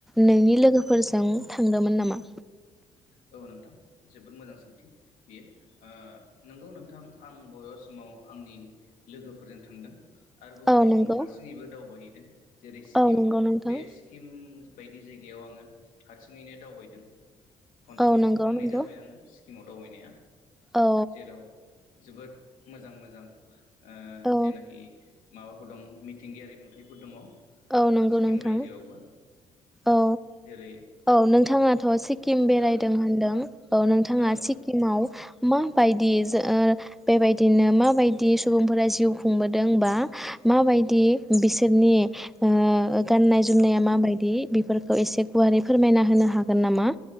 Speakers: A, in the centre; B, on the left (about 75°).
A: नोंनि लोगोफोरजों थांदोंमोन नामा?
B: औ नोंथां जोबोद मोजां सोंथि बियो ओ नंगौ नोंथां आं बबेबा समाव आंनि लोगोफोरजों थांदों। आरो बबे
A: औ
B: सम
A: नंगौ
B: हारसिङैबो दावबायहैदों जेरै स्किम
A: औ नंगौ नोंथां
B: बे स्किम बायदि जायगायाव आङो हारसिङैनो दावबायदों खनसे
A: औ
B: नङा
A: नंगौ
B: खननै
A: नंगौ
B: जाबाय आङो सिमाव दावबायनाया
A: औ
B: जेराव जोबोद मोजां मोजां ओ
A: औ
B: जेनाखि माबाफोर दं मिथिंगायारि नुथायफोर दङ।
A: औ नंगौ
B: सिक्किम
A: नोंथां
B: रायजोआवबो
A: औ
B: जेरै
A: औ नोंथांङाथ' टिम बेरायदों
B: औ नोंथां
A: होनदों औ नोंथाङा
B: औ नोंथां
A: सिक्किमाव माबायदि ओ बेबायदिनो माबायदि सुबुंफोरा जिउ खुंबोदों बा माबायदि बिसोरनि ओ गाननाय जोमनाया
B: औ नोंथां
A: माबायदि बेफोर खौ एसे गुवारै फोरमायना होनो हागोन नामा?